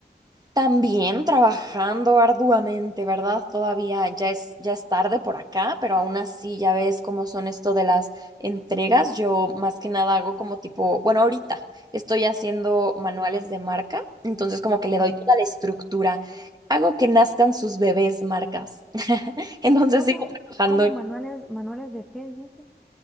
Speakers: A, on the right; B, in the centre.
A: También trabajando arduamente, ¿verdad? Todavía ya es, ya es tarde por acá, pero aún así ya ves cómo son esto de las entregas. Yo más que nada hago como tipo, bueno, ahorita estoy haciendo manuales de marca, entonces como que le doy
B: Ajá.
A: toda la estructura. Hago que nazcan sus bebés marcas. <laughs> Entonces
B: ¿Cómo,
A: sigo trabajando
B: cómo manuales, manuales de qué dijiste?